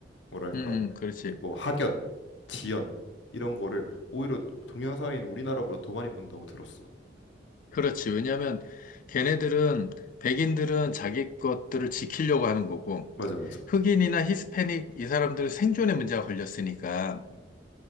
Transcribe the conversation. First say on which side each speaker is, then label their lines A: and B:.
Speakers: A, on the left; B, on the left.
A: 뭐랄까
B: 응, 응, 그렇지.
A: 그 뭐 학연, 지연 이런 거를 오히려 동양 사회인 우리나라보다 더 많이 본다고 들었어.
B: 그렇지. 왜냐하면 걔네들은, 백인들은 자기 것들을 지키려고 하는 거고,
A: 맞아 맞아.
B: 흑인이나 히스패닉 이 사람들은 생존의 문제가 걸렸으니까,
A: 음,